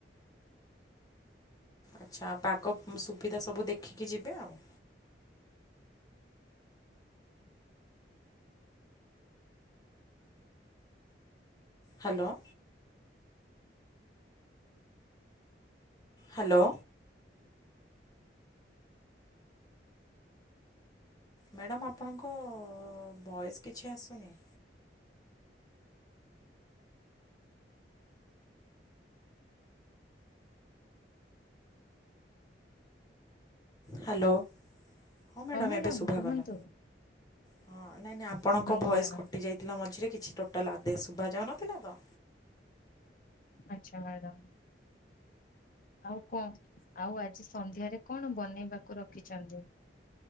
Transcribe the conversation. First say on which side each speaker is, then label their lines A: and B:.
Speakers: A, on the left (about 20°); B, on the left (about 50°).
A: ଆଚ୍ଛା ପାଗ ସୁବିଧା ସବୁ ଦେଖିକି ଯିବେ ଆଉ ହ୍ୟାଲୋ। ହ୍ୟାଲୋ। ମ୍ୟାଡ଼ମ୍ ଆପଣଙ୍କ ଭଏସ୍ କିଛି ଆସୁନି ହ୍ୟାଲୋ ହଁ ମ୍ୟାଡ଼ାାମ
B: ମ୍ୟାଡାମ
A: ଏବେ ଶୁଭା
B: କୁହନ୍ତୁ
A: ଗଲା। ହଁ ନାଇଁ ନାଇଁ ଆପଣଙ୍କ
B: କୁହନ୍ତୁ
A: ଭୟସ
B: ମ୍ୟାଡାମ
A: କଟି ଯାଇଥିଲା ମଝିରେ କିଛି ଟୋଟାଲ ଶୁଭାାଯାାଉନଥିଲା ତ
B: ଆଚ୍ଛା ମ୍ୟାଡ଼ାମ। ଆଉ କଣ ଆଉ ଆଜି ସନ୍ଧ୍ୟାରେ କଣ ବନେଇବାକୁ ରଖଡ଼ନ୍ତି?